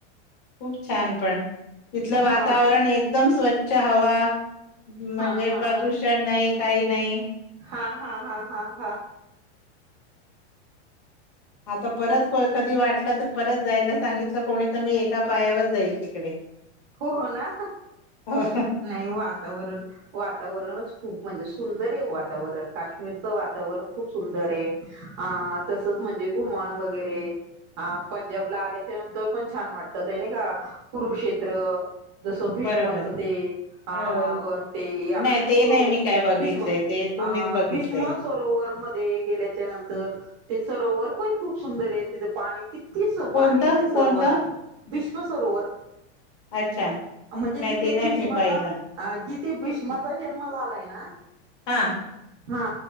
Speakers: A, on the left; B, on the right.
A: खूप छान पण तिथलं
B: हा
A: वातावरण एकदम स्वच्छ हवा... म्हणजे
B: हा हा
A: प्रदूषण
B: हा
A: नाही काही नाही....
B: हा हा हा हा हा.
A: आता परत कधी वाटलं तर परत जायला सांगितलं कोणी तर मी एका पायावर जाईल तिकडे...
B: हो ना
A: हो
B: नाही वातावरण वातावरणच खूप म्हणजे सुंद... वातावरण काश्मीरचं.. वातावरण खूप सुंदर आहे अ तसच म्हणजे घुमान वगैरे. हा पंजाबला आल्याच्या नंतर पण छान वाटत आहे ना का कुरुक्षेत्र. जसं भ्रीष्माचं
A: बरोबर
B: ते अग
A: अ
B: ते
A: नाही ते
B: सरो
A: नाही मी काय बघितलंय
B: भीषम.
A: ते तुम्हीच
B: अ
A: बघितलंय
B: भीष्म सरोवर मध्ये गेल्याच्या नंतर ते सरोवर पण खूप सुंदर आहे तिथे पाणी किती
A: कोणतं
B: पाणी येते सरोवरात
A: कोणतं
B: वि सरोवर
A: अच्छा
B: म्हणजे
A: नाही
B: जिथे
A: ते नाही
B: भीष्माचा
A: मी पाहिलं
B: जि ते भीष्माचा जन्म झालाय ना...
A: हां!
B: हा